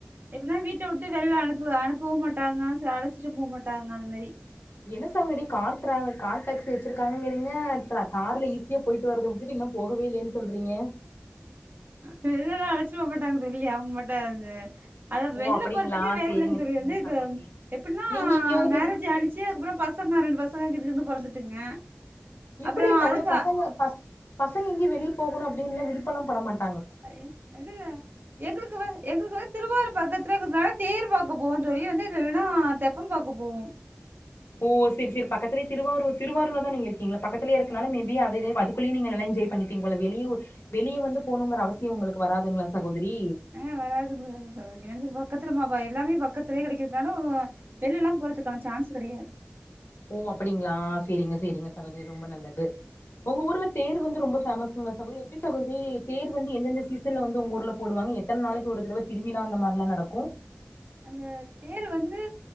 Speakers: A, on the right; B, on the left.
A: எப்படின்னா வீட்டை விட்டு வெளில அனுப்பு அனுப்பவும் மாட்டாங்க அழைச்சுட்டு போக மாட்டாங்க அது மாரி
B: என்ன சகோதரி கார் டிராவல் கார் டாக்ஸி வச்சிருக்காங்கிறீங்க கார்ல ஈஸியா போயிட்டு வறத விட்டுட்டு இன்னு போகவே இல்லைன்னு சொல்றீங்க
A: வெளிளெல்லா அழச்சுட்டு போ மாட்டாங்க தோழி அவங்களோட அந்த அத
B: ஓ
A: வெளில
B: அப்டிங்களா
A: போறதுக்கே வேலை
B: சேரிங்க
A: இல்லங்க தோழி
B: சேரிங்க
A: வந்து
B: சகோதரி
A: எப்படின்னா
B: நீங்க எங்கேயாவது
A: மேரேஜ்
B: வந்துட்டு
A: ஆணிச்சு அதுப்புறோ பஸ் பசங்க ரெண்டு பசங்க கிடுகிடுன்னு பொறந்துட்டுங்க
B: எப்படி
A: அப்பறோ
B: கல்ய
A: அதுக்கு
B: பசங்க ப பசங்க எங்கியு வெளியே போகணும் அப்படின்னுல்லா விருப்பலா படமாட்டங்களா
A: அ இல் <inaudible> எங்குளுக்கு வ எங்குளுக்கு வ திருவாரூர் பக்கத்துலே இருக்குறதுனால தேர் பாக்க போவோ தோழி வந்து இது இல்லனா தெப்பம் பாக்க போவோ
B: ஓ சேர் சேரி பக்கத்துலே திருவாரூர் திருவாரூர்ல தா நீங்க இருக்கீங்ளா பக்கத்துலே இருக்கனால மே பி அது இதையு பாத் குள்ளியே நீங்க நல்லா என்ஜாய் பண்ணிப்பீங் போல வெளியூர் வெளிய வந்து போணுங்கற அவசியோ உங்களுக்கு வராதுங்ள சகோதரி
A: ஆ வராது <inaudible> சகோதரி வந்து பக்கத்துல மப எல்லாமே பக்கத்துலே கெடைக்றதுதுனால ஆ வெள்லலா போறத்துக்கான சான்ஸ் கெடையா
B: ஓ அப்டிங்களா சேரிங்க சேரிங்க சகோதரி ரொம்ப நல்லது உங்க ஊர்ல தேர் வந்து ரொம்ப பேமஸுங்க சகோதரி எப்டி சகோதரி தேர் வந்து எந்தெந்த சீசன்ல வந்து ஒங்க ஊர்ல போடுவாங்க ஏ எத்தன நாளைக்கு ஒரு தரவ திருவிழா அந்த மார்லா நடக்கு
A: அது தேரு வந்து